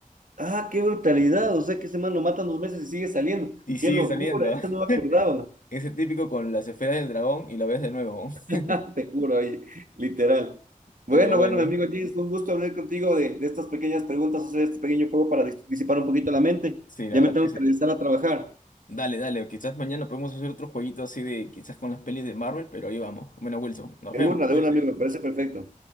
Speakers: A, on the right; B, on the left.
A: Ah, qué brutalidad, o sea que ese man lo matan dos meses y sigue saliendo.
B: y sigue
A: Qué locura,
B: saliendo.
A: esta
B: <laughs>
A: no me acordaba.
B: ese típico con las esferas del dragón y lo ves de nuevo.
A: <laughs>
B: <laughs>
A: Te juro, oye, literal. Bueno,
B: Pero bueno,
A: bueno, mi amigo James, fue un gusto hablar contigo de, de estas pequeñas preguntas, hacer este pequeño juego para dis- disipar un poquito la mente.
B: sí, la
A: Ya
B: verdad
A: me tengo
B: es
A: que
B: que
A: regresar
B: sí.
A: a trabajar.
B: Dale, dale, o quizás mañana podemos hacer otro jueguito así de quizás con las pelis de Marvel, pero ahí vamos. Bueno, Wilson, nos
A: De
B: vemos.
A: una,
B: cuídate.
A: de una, amigo, me parece perfecto.